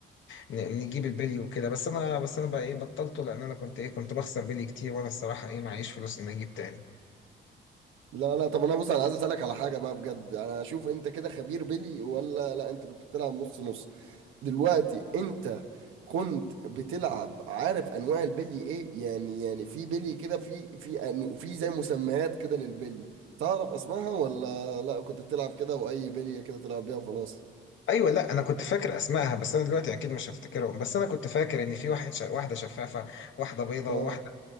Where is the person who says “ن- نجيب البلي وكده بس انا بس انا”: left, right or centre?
Left